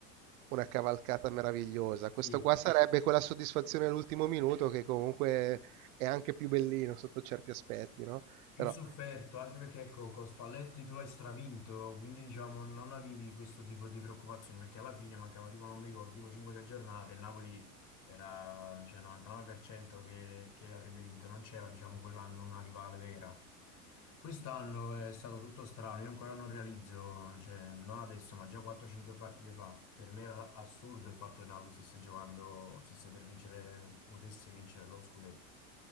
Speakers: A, on the right; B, on the left.
A: una cavalcata meravigliosa.
B: Sì,
A: Questo qua sarebbe quella soddisfazione all'ultimo minuto che comunque è anche più bellino sotto certi aspetti, no?
B: più
A: Però...
B: sofferto, anche perché ecco, con Spalletti tu l'hai stravinto, quindi diciamo non avevi questo tipo di preoccupazioni, perché alla fine mancava tipo, non mi ricordo, tipo 5-6 giornate, il Napoli era cioè, 99% che, che l'avrebbe vinto, non c'era diciamo quell'anno una rivale vera. Quest'anno è stato tutto strano, io ancora non realizzo, cioè, non adesso, ma già 4-5 partite fa, per me era assurdo il fatto che Napoli stesse giocando, stesse per vincere, potesse vincere lo scudetto.